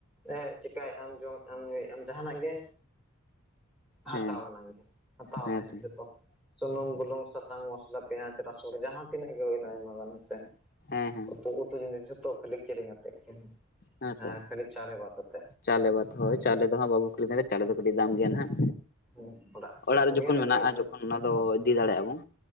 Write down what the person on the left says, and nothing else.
ᱦᱮᱸ
ᱦᱮᱸᱛᱚ
ᱦᱮᱸ ᱦᱮᱸ
ᱦᱮᱸᱛᱚ
ᱪᱟᱣᱞᱮ ᱵᱟᱫ ᱦᱳᱭ ᱪᱟᱣᱞᱮ ᱫᱚ ᱦᱟᱸᱜ ᱵᱟᱵᱚ ᱠᱤᱨᱤᱧ <unintelligible> ᱪᱟᱣᱞᱮ ᱫᱚ ᱠᱟᱹᱴᱤᱡ ᱫᱟᱢ ᱜᱮᱭᱟ ᱱᱟᱦᱟᱜ
ᱚᱲᱟᱜ ᱨᱮ
ᱡᱚᱠᱷᱚᱱ
ᱢᱮᱱᱟᱜᱼᱟ
ᱡᱚᱠᱷᱚᱱ ᱚᱱᱟ ᱫᱚ ᱤᱫᱤ ᱫᱟᱲᱮᱭᱟᱜᱼᱟ ᱵᱚᱱ